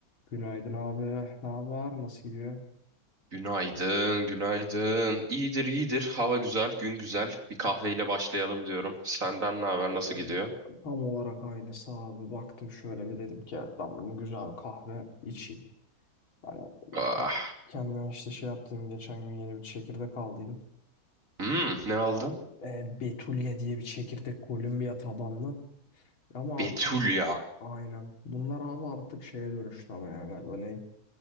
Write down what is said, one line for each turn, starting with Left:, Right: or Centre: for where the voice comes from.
Left: Günaydın abi. Ne haber? Nasıl gidiyor?
Right: Günaydın, günaydın. İyidir, iyidir. Hava güzel, gün güzel. Bir kahveyle başlayalım diyorum. Senden ne haber,
Left: Ee,
Right: nasıl gidiyor?
Left: Tam olarak aynısı abi. Baktım şöyle bir dedim ki evet ben bugün güzel bir kahve içeyim. Hani
Right: Ah.
Left: kendime işte şey yaptım. Geçen gün yeni bir çekirdek aldıydım.
Right: Hmm, ne aldın?
Left: Aynen. E, Betulye diye bir çekirdek Kolombiya tabanlı. Ama
Right: Betulya.
Left: artık aynen. Bunlar abi artık şeye dönüştü ama ya galiba ne?